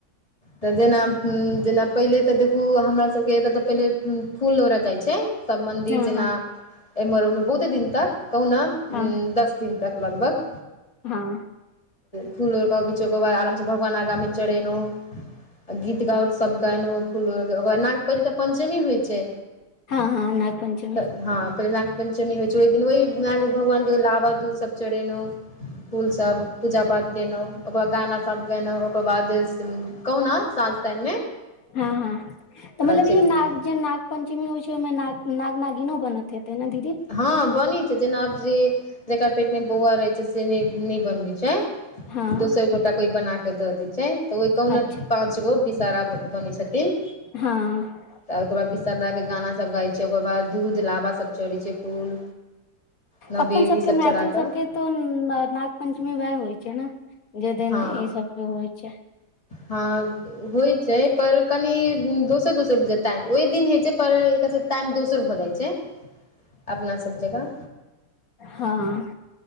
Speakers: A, on the left; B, on the left.
A: तऽ जेना जेना पहिले तऽ देखू हमरा सबके एतऽ पहिले फूल लोड़य जाइ छै सब मंदिर
B: हँ
A: जेना
B: हँ
A: एमहर ओ मे बहुते दिन तक कहुँ न
B: हँ
A: उ दस दिन तक लगभग
B: हँ
A: फूल लौरक ओर बाद आरामसँ भगवान आगाँमे चढ़ेलहुँ गीत गाउर सब गाय फूलक न पहिल त पंचमी होइ छै
B: हँ हँ नाग पंचमी
A: त हँ पहि पंचमी होइ छै ओहि दिन ओहि भगवान के लाबा दूधसभ चढ़ेनौ फूलसभ पूजा पाठ केेलहुँ ओकर बाद गाना सब गेलनौ ओकर बाद कहुना साँझ तान
B: हँ हँ तऽ मतलब
A: चलि
B: ई नाग
A: गेलहुँ
B: जे नाग पञ्चमी होइ छै ओहिमे न नाग नागिनो बनत हेतै ने दीदी
A: हँ बनी छै जेना आब जे जेकरा पेट मे बौआ रहै छै से नहि बनबै छै
B: हँ
A: दोसर गोटा कोइ बना कऽ दऽ दै छै ओहि कहु
B: अच्छा
A: ने पाँच गो विषहरा बनै छथिन
B: हँ
A: त ओकर बाद विशा के गाना सब गाइ छै ओकर बाद दूध लाबा सब चड़ै छै फूल नवेद
B: अपन सबके
A: ई सब चढ़ा
B: मैथिल सबके
A: कऽ
B: तो नाग पंचमी वएह होइ छै न जे दिन
A: हँ
B: ई सब के होइ छै
A: हँ होइत छै पर कनि दोसर दोसर बुझे टाइम ओहि दिन होइत छै पर एक टाइम दोसर भऽ जाइ छै अपना सब जेका
B: हँ